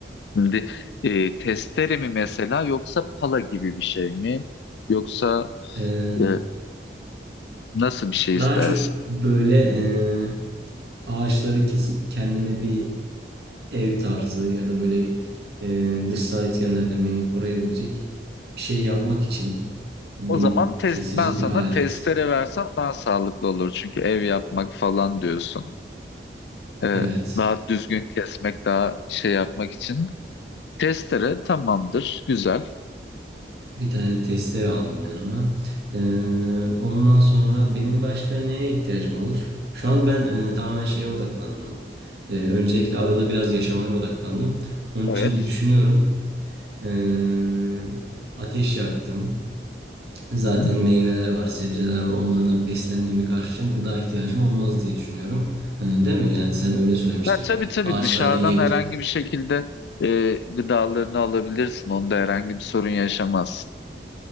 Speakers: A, on the left (about 75°); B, on the right (about 70°).
A: Şimdi e, testere mi mesela yoksa pala gibi bir şey mi? Yoksa
B: E,
A: e, nasıl bir şey istersin?
B: daha çok böyle e, ağaçları kesip kendime bir ev tarzı ya da böyle e, dışsal etkenlerden beni koruyabilecek bir şey yapmak için bir
A: O zaman test,
B: kesici
A: ben sana
B: bir alet.
A: testere versem daha sağlıklı olur. Çünkü ev yapmak falan diyorsun. Ee,
B: Evet.
A: daha düzgün kesmek, daha şey yapmak için. Testere tamamdır, güzel.
B: Bir tane testere aldım yanıma. Ee, ondan sonra benim başka neye ihtiyacım olur? Şu an ben e, tamamen şeye odaklandım. Ee, öncelikle adada biraz yaşamaya odaklandım. Onun
A: Evet.
B: için düşünüyorum. Ee, ateş yaktım. Zaten
A: Hı-hı.
B: meyveler var, sebzeler var. Onlardan beslenmemi karşılayacağım. Gıda ihtiyacım olmaz diye düşünüyorum. Ee, değil mi? Yani sen öyle söylemiştin.
A: Ha, tabii tabii
B: Ağaçlarda
A: dışarıdan
B: yiye-
A: herhangi bir şekilde e, gıdalarını alabilirsin. Onda herhangi bir sorun yaşamazsın.